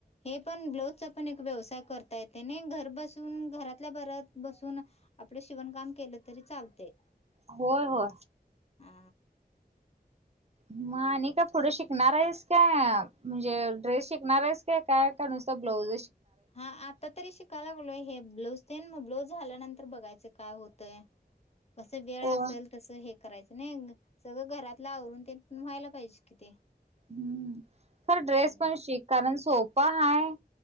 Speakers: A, on the left; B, on the right.
A: हे पण ब्लाऊजचा पण एक व्यवसाय करतायेते तनही घर बसून घरातल्या बरात बसून आपले शिवणकाम केलं तरी चालते
B: होय होय
A: हा.
B: मग आणि का पुढं शिकणार आहेस का म्हणजे ड्रेस शिकणार आहेस ते काय काय का नुसंत ब्लाउज
A: हा आता तरी शिकायला लागलोय हे ब्लाऊज ते मग ब्लाऊज झाल्यानंतर बघायचं काय होतंय कसं वेळ
B: हो
A: असेल तसं हे करायचं नाही न सगळं घरातल आवरून ते व्हायला पाहिजे कि ते
B: हम्म खर
A: होय.
B: ड्रेस पण शिक कारण सोपां हाय